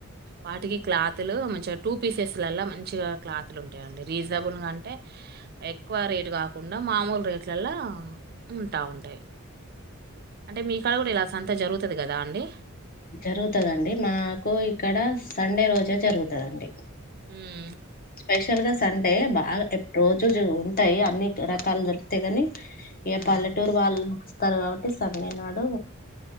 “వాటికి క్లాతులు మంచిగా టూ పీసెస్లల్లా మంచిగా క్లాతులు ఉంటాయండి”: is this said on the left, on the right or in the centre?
Right